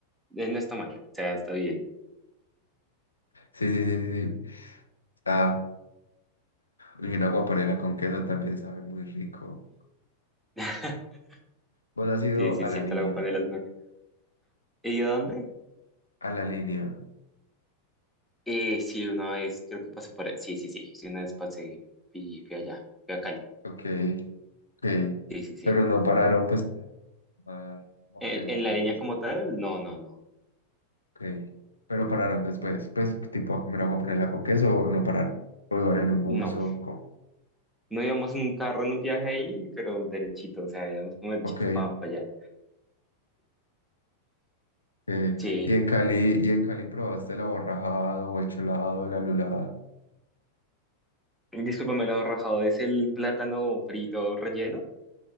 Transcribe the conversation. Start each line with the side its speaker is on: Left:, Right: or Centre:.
Centre: eh, no está mal. O sea, está bien.
Left: sí, sí, sí, sí, sí, ah, y una guapanela con queso también sabe muy rico,
Centre: <laughs>
Left: vos has ido
Centre: Sí, sí,
Left: a
Centre: es
Left: la
Centre: cierto,
Left: línea,
Centre: la copa de las muy rica. ¿Y a dónde?
Left: a la línea,
Centre: Eh, sí, una vez creo que pasé por... Sí, sí, sí, sí, una vez pasé y fui allá, fui a Cali.
Left: ok, ok,
Centre: Sí, sí, sí.
Left: pero no pararon pues como a tomar guapanela
Centre: ¿En, en
Left: con
Centre: la línea
Left: queso,
Centre: como tal? No, no, no.
Left: ok, pero pararon después, pues tipo a comer guapanela con queso o no pararon, o iban en un bus
Centre: No,
Left: o como,
Centre: no íbamos en un carro en un viaje ahí, pero derechito, o sea, íbamos como derechito
Left: ok.
Centre: para allá.
Left: Eh,
Centre: Sí.
Left: y en Cali, y en Cali probaste el aborrajado o el cholado, la lulada.
Centre: Discúlpame lo rajado, ¿es el plátano frito relleno?